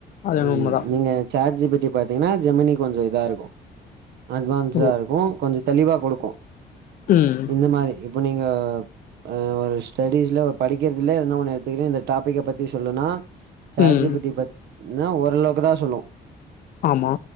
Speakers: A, on the left; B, on the right.
A: அது என்னமோ
B: ம்
A: உண்மதான்.
B: நீங்க செக் சாட் ஜிபிடி பாத்தீங்னா ஜெமனி கொஞ்சோ இதா இருக்கு அட்வான்ஸா
A: ஓ!
B: இருக்கு கொஞ்சோ தெளிவா குடுக்கும்
A: ம்.
B: இந்த மாரி இப்போ நீங்க அ ஒரு ஸ்டேடிஸ்ல ஒரு படிக்றதுல எதுனா ஒன்று எத்துகுனு இந்த டாப்பிக்க பத்தி சொல்லுன்னா சேட்
A: ம்.
B: ஜி பி டி பாத் ன்னா ஓரளவுக்கு தா சொல்லு
A: ஆமா